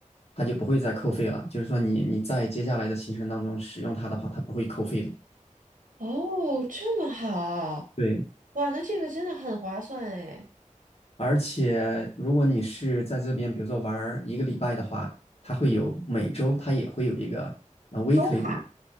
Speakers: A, on the left; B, on the right.
A: 它就不会再扣费了。就是说你你在接下来的行程当中使用它的话，它不会扣费的。
B: 哦，这么好，
A: 对，
B: 哇，那这个真的很划算哎。
A: 而且如果你是在这边，比如说玩一个礼拜的话，它会有每周它也会有一个呃 weekly
B: 周卡。
A: 的，